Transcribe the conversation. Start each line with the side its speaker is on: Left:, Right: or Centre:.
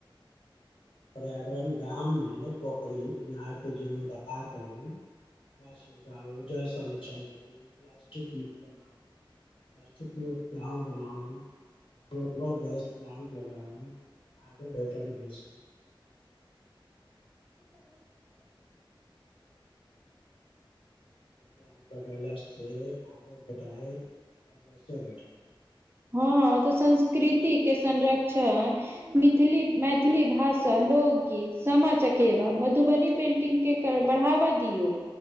Left: पर्यावरण गाममे पोखरि, इनारके जीर्णोद्धार करू। गाछ लगाउ, जल संरक्षण करू, प्लास्टिक मुक्त बनाउ। प्लास्टिक मुक्त गांव बनाउ गोबर गैस प्लांट लगाउ खादो भेटत बेसी
Right: <inaudible>
Left: प्लांट लगेला से खादो भेटाय और गैसो भेटाय
Right: हँ तऽ संस्कृति के संरक्षण मिथली मैथिली भाषा, लोकगीत, सामा चकेवा, मधुबनी पेंटिंग के के बढ़ावा दियौ